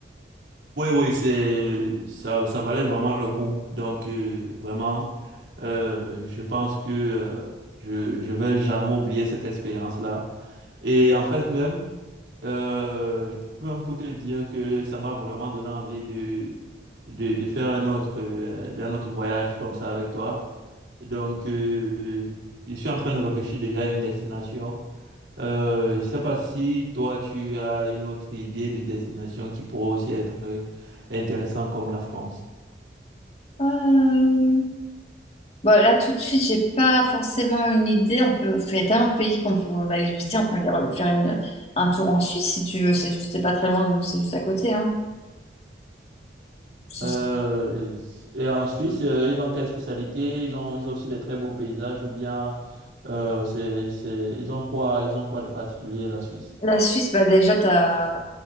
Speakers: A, on the right; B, on the left.
A: Oui, oui, c'est, ça, ça valait vraiment le coup. Donc, euh, vraiment. Euh, je pense que euh, je je vais jamais oublier cette expérience-là. Et en fait même, euh, je profite même pour te dire que ça m'a vraiment donné envie de de, de faire un autre euh, d'un autre voyage comme ça avec toi. Donc euh, je suis en train de réfléchir déjà à une destination. Euh, je sais pas si toi tu as une autre idée de destination qui pourrait aussi être euh, intéressante comme la France.
B: Euh, Bon, là, tout de suite, j'ai pas forcément une idée. On peut, il y a tellement de pays qu'on peut aller visiter. On peut aller re- faire une- un tour en Suisse si tu veux. C'est juste, c'est pas très loin, c'est juste à côté, hein. Si-
A: Euh, et, et en Suisse, euh, ils ont quelle spécialité? Ils ont, ils ont aussi des très beaux paysages ou bien euh, c'est, c'est, ils ont quoi, ils ont quoi de particulier, la Suisse?
B: La Suisse, bah déjà, t'as,